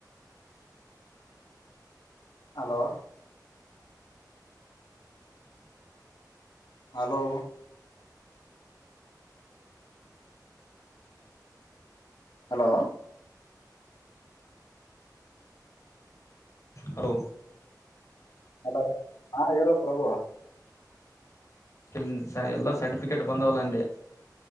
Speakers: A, on the left (about 85°); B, on the left (about 45°).
A: Hello. Hello. Hello.
B: Hello.
A: Hello ಹಾ ಹೇಳು ಪ್ರಭು.
B: ಕಿನ್ ಸ ಎಲ್ಲಾ ಸರ್ಟಿಫಿಕೇಟ್ ಬಂದವಲ್ಲ ಅಂದೆ.